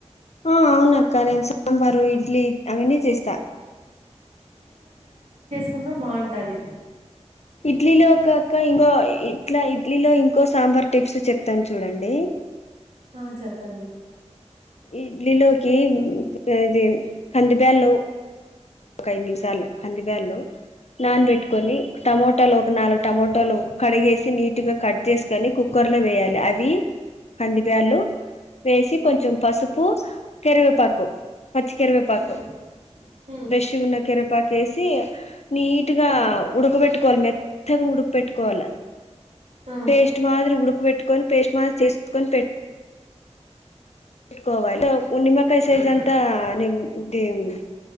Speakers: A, on the left; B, on the right.
A: ఆ అవునక్క నేను సాంబారు ఇడ్లీ అవన్నీ చేస్తా
B: కున్నా బావుంటాది
A: ఇడ్లీలో కాక ఇంకో ఇట్లా ఇడ్లీలో ఇంకో సాంబార్ టిప్స్ చెప్తాను చూడండి.
B: ఆ చెప్పండి
A: ఇడ్లీలోకి ఇది కందిబేల్లు ఒక ఐదు నిమిషాలు కందిబేళ్లు నాన్ పెట్టుకొని టమోటాలు ఒక నాలుగు టమోటాలు కడిగేసి నీట్ గా కట్ చేసు కని కుక్కర్ లో వేయాలి అవి కందిబేళ్లు వేసి కొంచెం పసు పు కరివెపాకు పచ్చి కరివెపాకు
B: ఉమ్ ఉమ్
A: ఫ్రెష్గా ఉన్న కరవెపాకు వేసి నీటుగా
B: ఉమ్
A: ఉడక్బ పెట్టుకోవాలి మెత్తగా ఉడుక పెట్టుకోవాల
B: ఉమ్
A: పేస్ట్ మాదిరి ఉడుక్బెట్టుకని పేస్ట్ మా చేసుకొని పెట్ కోవాలి నిమ్మకాయ సైజ్ అంతా
B: ఉమ్
A: నిమ్ దివ్